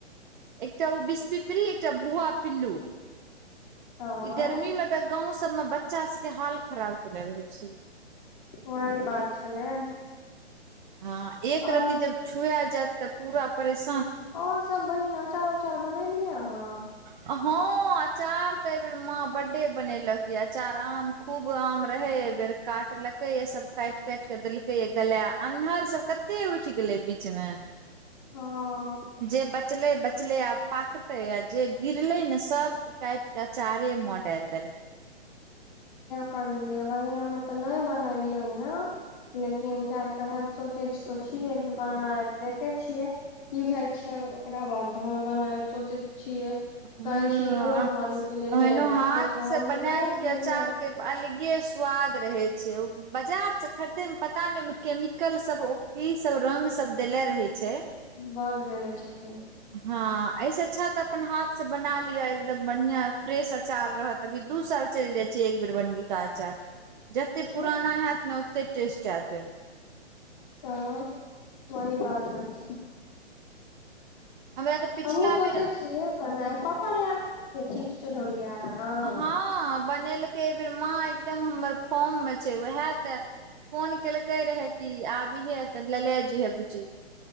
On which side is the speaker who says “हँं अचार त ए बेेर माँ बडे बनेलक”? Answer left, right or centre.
Right